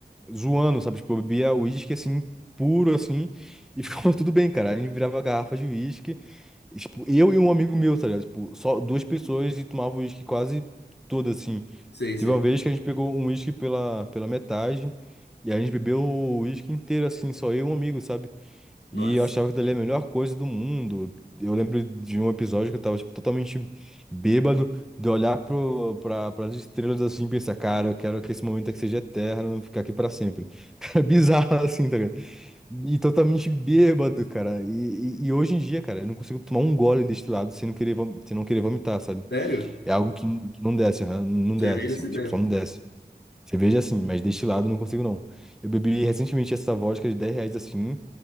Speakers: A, in the centre; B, on the left.
A: zoando, sabe? Tipo, eu bebia uísque, assim, puro, assim, e <laughs> ficava tudo bem, cara. A gente virava garrafa de uísque, e, tipo, eu e um amigo meu, tá ligado? Tipo, só duas pessoas e tomava uísque quase todo, assim.
B: Sei,
A: Teve
B: sei.
A: uma vez que a gente pegou um uísque pela, pela metade, e a gente bebeu o uísque inteiro, assim, só eu e um amigo, sabe?
B: Nossa.
A: E eu achava que dali era a melhor coisa do mundo. Eu lembro de um episódio que eu tava, tipo, totalmente bêbado, de olhar pro, pra, pras estrelas assim e pensar, cara, eu quero que esse momento aqui seja eterno, ficar aqui pra sempre. <laughs> Cara, bizarro assim, tá ligado? E totalmente bêbado, cara. E, e, e hoje em dia, cara, eu não consigo tomar um gole destilado sem não querer, vom- sem não querer vomitar, sabe?
B: Sério?
A: É algo que, n- que não desce, aham, não
B: Cerveja
A: desce, assim,
B: você
A: tipo,
B: bebe.
A: só não desce. Cerveja assim, mas destilado eu não consigo não. Eu bebi recentemente essa vodka de 10 reais assim.